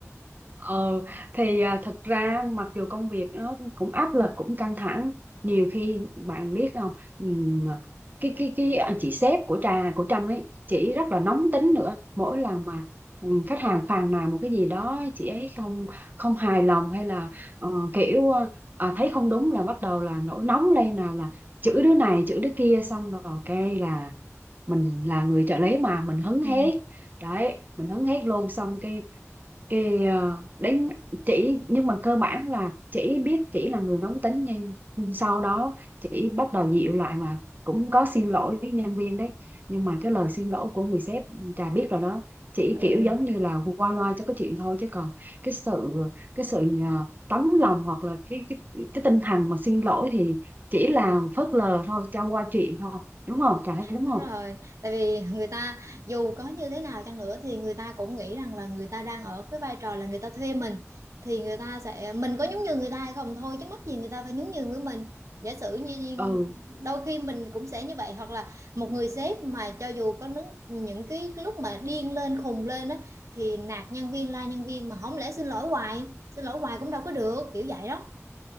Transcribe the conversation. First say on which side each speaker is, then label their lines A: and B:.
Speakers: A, on the right; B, on the right.
A: Ờ, thì à, thật ra mặc dù công việc nó cũng áp lực cũng căng thẳng nhiều khi bạn biết không ừm, à, cái cái cái à, chị sếp của trà của Trâm ấy chị rất là nóng tính nữa mỗi lần mà ừm, khách hàng phàn nàn một cái gì đó chị ấy không không hài lòng hay là ờ, kiểu ờ, à, thấy không đúng là bắt đầu là nổi nóng lên nào là chửi đứa này chửi đứa kia xong rồi cái là mình là người trợ lý mà mình hứng
B: ừ
A: hết đấy mình hứng hết luôn xong cái cái ờ, đến chỉ nhưng mà cơ bản là chỉ biết chỉ là người nóng tính nhưng nhưng sau đó chỉ bắt đầu dịu lại là cũng có xin lỗi với nhân viên đấy nhưng mà cái lời xin lỗi của người sếp trà biết rồi đó chỉ
B: Ừ,
A: kiểu giống như là qua loa cho cái chuyện thôi chứ còn cái sự cái sự ờ, tấm lòng hoặc là cái cái cái tinh thần mà xin lỗi thì chỉ là phớt lờ thôi cho qua chuyện thôi đúng không trà thấy đúng
B: đúng
A: không
B: rồi. Tại vì người ta dù có như thế nào chăng nữa thì người ta cũng nghĩ rằng là người ta đang ở cái vai trò là người ta thuê mình thì người ta sẽ mình có nhún nhường người ta hay không thôi chứ mắc gì người ta phải nhún nhường với mình. Giả sử như như
A: ừ
B: đôi khi mình cũng sẽ như vậy hoặc là một người sếp mà cho dù có những, những cái lúc mà điên lên khùng lên á thì nạt nhân viên la nhân viên mà không lẽ xin lỗi hoài, xin lỗi hoài cũng đâu có được, kiểu vậy đó.